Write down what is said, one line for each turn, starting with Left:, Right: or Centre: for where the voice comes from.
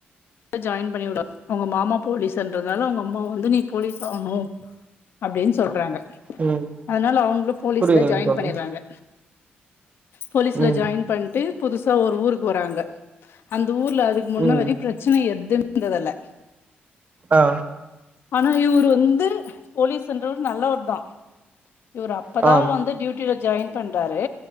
Left: ஜாயின் பண்ணி விடு வா அவுங்க மாமா போலீஸ்ன்றனாலெ அவுங்கம்மா வந்து நீ போலீஸா ஆஹ்ணு அப்டீன் சொல்றாங்க
Right: ம்
Left: அத்னால அவுங்ளு போலீஸ்ல
Right: புரியுதுங்
Left: ஜாயின்
Right: தோழி
Left: பண்ணிறாங்க போலீஸ்ல
Right: ம்
Left: ஜாயின் பண்ட்டு புதுசா ஒர் ஊருக் வராங்க அந் த ஊர்லெ அதுக் முன்னாடி
Right: ம்
Left: பிரச் எத்து ம் ந்ததல்லெ
Right: ஆ
Left: ஆனா இவுரு வந் து போலீஸ்ன்றவரு நல்லவர்தா இவரு அப்பதா
Right: ஆ
Left: வந்து டியூட்டில ஜாயின் பண்றாரு